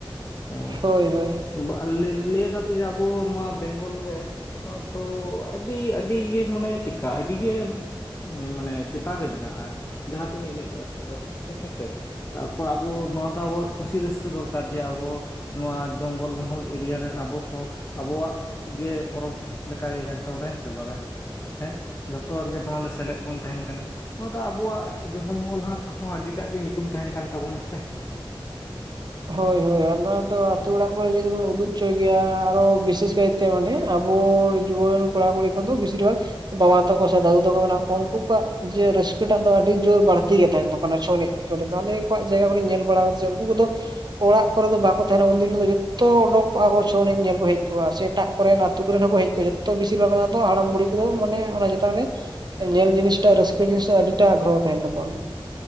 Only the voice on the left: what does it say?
ᱛᱚ
ᱵᱟ ᱞᱟᱹᱭ ᱞᱟ, ᱭ ᱠᱟᱛᱮ ᱡᱮ ᱟᱵᱚ ᱱᱚᱣᱟᱼᱼ ᱵᱮᱝᱜᱚᱞ ᱨᱮ ᱱᱚᱣᱟ ᱪᱷᱚ ᱟᱹᱰᱤ ᱟᱹᱰᱤ ᱤᱭᱟᱹ ᱢᱟᱱᱮ ᱪᱤᱠᱟ ᱟᱹᱰᱤ ᱜᱮᱼᱼ ᱢᱟᱱᱮ ᱪᱮᱛᱟᱱ ᱨᱮ ᱢᱮᱱᱟᱜᱼᱟ, ᱡᱟᱦᱟᱸ ᱛᱤᱱᱟᱹᱜ ᱮᱱᱮᱡ ᱢᱮᱱᱟᱜ ᱛᱟᱵᱚᱱᱟ ᱦᱮᱸᱥᱮ ᱾ ᱛᱟᱨᱯᱚᱨ ᱟᱵᱚ ᱱᱚᱣᱟ ᱫᱚ ᱟᱵᱚ ᱠᱩᱥᱤ ᱨᱟᱹᱥᱠᱟᱹ ᱫᱚᱨᱠᱟᱨ ᱡᱮ ᱟᱵᱚᱼᱼ ᱱᱚᱣᱟ ᱡᱚᱝᱜᱚᱞ ᱢᱚᱦᱚᱞ ᱮᱨᱤᱭᱟ ᱨᱮᱱ ᱟᱵᱚ ᱦᱚᱲ ᱟᱵᱚᱣᱟᱜᱼᱼ ᱜᱮ ᱯᱚᱨᱚᱵᱽ ᱞᱮᱠᱟ ᱜᱮ ᱠᱟᱱ ᱛᱟᱵᱚᱱᱟ ᱦᱮᱸ ᱥᱮ ᱵᱟᱝᱟ ᱾ ᱦᱮᱸ ᱡᱚᱛᱚ ᱦᱚᱲ ᱜᱮ ᱱᱚᱣᱟ ᱫᱚ ᱥᱮᱞᱮᱫ ᱵᱚᱱ ᱛᱟᱦᱮᱱ ᱠᱟᱱᱟ, ᱱᱚᱣᱟ ᱫᱚ ᱟᱵᱚᱣᱟᱜ ᱡᱚᱝᱜᱚᱞ ᱢᱚᱦᱚᱞ ᱦᱟᱸᱜᱼᱼ ᱱᱚᱣᱟ ᱟᱹᱰᱤ ᱴᱟᱜ ᱜᱮ ᱧᱩᱛᱩᱢ ᱛᱟᱦᱮ ᱠᱟᱱ ᱛᱟᱵᱚᱱᱟ ᱥᱮ ᱾